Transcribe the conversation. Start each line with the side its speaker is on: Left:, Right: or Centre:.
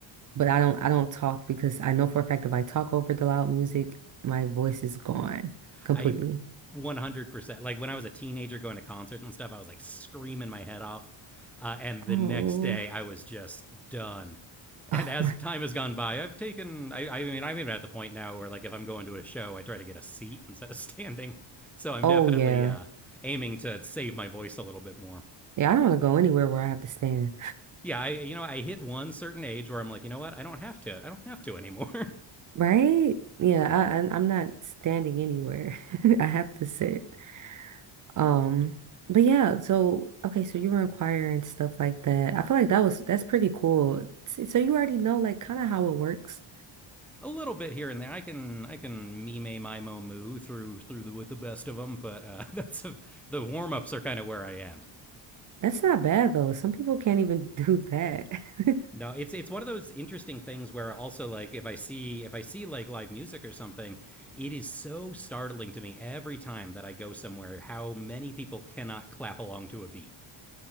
Right: but I don't I don't talk because I know for a fact if I talk over the loud music, my voice is gone completely.
Centre: I 100% like when I was a teenager going to concerts and stuff, I was like screaming my head off. Uh, and the
Right: Oh,
Centre: next day, I was just done.
Right: <laughs>
Centre: And
Right: oh
Centre: as
Right: my,
Centre: time has gone by, I've taken, I, I mean, I'm even at the point now where, like, if I'm going to a show, I try to get a seat instead of <laughs> standing. So I'm
Right: oh
Centre: definitely
Right: yeah,
Centre: uh, aiming to save my voice a little bit more.
Right: yeah. I don't want to go anywhere where I have to stand,
Centre: Yeah, I, you know, I hit one certain age where I'm like, you know what? I don't have to, I don't have to anymore. <laughs>
Right: <laughs> right? Yeah, I, I I'm not standing anywhere. <laughs> I have to sit. Um, but yeah, so okay, so you were in choir and stuff like that. I feel like that was that's pretty cool. S- So you already know like kind of how it works.
Centre: a little bit here and there. I can I can mime my mo moo through through the, with the best of them, but uh, <laughs> that's a, the warm ups are kind of where I end.
Right: That's not bad though. Some people can't even do that. <laughs>
Centre: No, it's it's one of those interesting things where also like if I see if I see like live music or something, it is so startling to me every time that I go somewhere how many people cannot clap along to a beat.